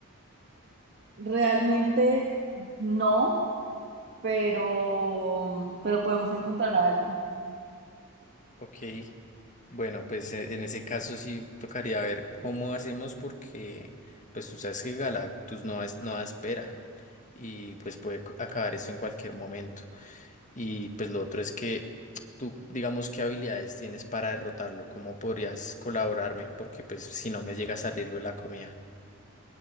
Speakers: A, on the right; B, on the left.
A: Realmente no, pero, pero podemos encontrar a alguien.
B: Ok, bueno, pues e- en ese caso sí tocaría ver cómo hacemos porque pues tú sabes que Galactus no, es, no da espera y pues puede c- acabar esto en cualquier momento. Y pues lo otro es que tú digamos qué habilidades tienes para derrotarlo, cómo podrías colaborarme porque pues si no me llega a salir lo de la comida.